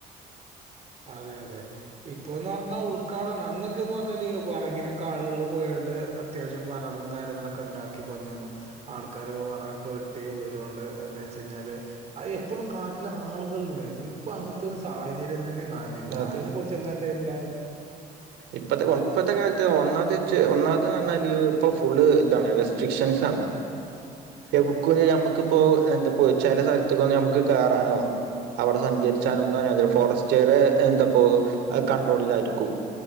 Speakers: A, on the right (about 40°); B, on the right (about 85°).
A: അതെ അതെ ഇപ്പൊന്ന് പറഞ്ഞാ ഉൾക്കാടാണ് അന്നൊക്കെന്ന് പറഞ്ഞാല് വിറകിനെ കാളുകള് പോയോണ്ട് അത്യാവശ്യം വിറകും കാര്യങ്ങളൊക്കെ ഉണ്ടാക്കി വന്നിരുന്നു. ആൾക്കാര് വറകൊക്കെ വെട്ടി ഉയരുകൊണ്ട് എന്താ വെച്ച കഴിഞ്ഞാല് എപ്പോഴും കാട്ടില ആളുകൾ ഉണ്ടായിരുന്നു ഇപ്പൊ അങ്ങനത്തെ ഒരു സാഹചര്യം തന്നെ കാണില്ല
B: അതെ
A: അതിനെ കുറിച്ച് എന്താ അ ന്റെ അഭിപ്രായം.
B: ഇപ്പത്തെ ഇപ്പഴത്തെ കാലത്ത് ഒന്നാത് ഒന്നാത് പറഞ്ഞാല് ഇപ്പൊ ഫുള്ള് ഇതാണ് റെസ്ട്രിക്ഷൻസ് ആണ് എടു ക്ക നമ്മുക്കിപ്പോ എന്ത ചില സ്ഥലത്തക്ക നമക്ക് കേറാനോ അവിടെ സഞ്ചരിച്ചാനോന്നും ഫോറസ്റ്റ്റെ എന്താപ്പോ കണ്ട്രോളിലായിരിക്കും.